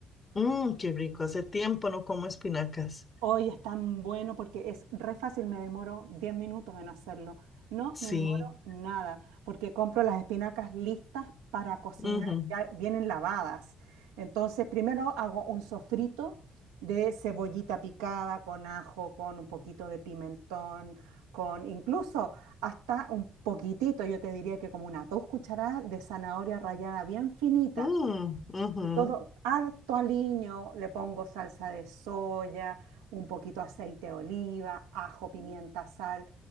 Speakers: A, on the left; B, on the right.
A: Mmm, qué rico. Hace tiempo no como espinacas.
B: Hoy es tan bueno porque es re fácil, me demoro 10 minutos en hacerlo. No
A: Sí.
B: me demoro nada, porque compro las espinacas listas para cocinar,
A: Ujú.
B: ya vienen lavadas. Entonces, primero hago un sofrito de cebollita picada con ajo, con un poquito de pimentón, con incluso hasta un poquitito, yo te diría que como una dos cucharadas de zanahoria rallada bien finita.
A: Mm, ujú.
B: Y todo, harto aliño, le pongo salsa de soya, un poquito aceite de oliva, ajo, pimienta, sal.